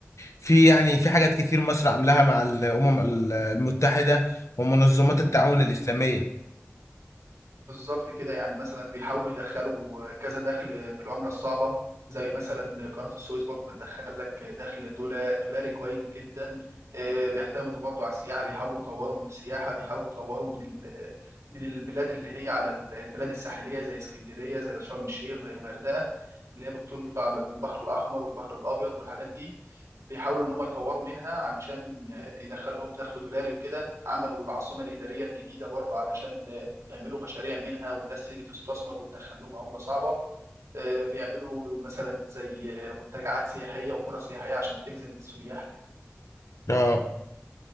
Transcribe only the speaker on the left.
في يعني في حاجات كتير مصر عاملاها مع الامم المتحده ومنظمات التعاون
الاسلاميه
اه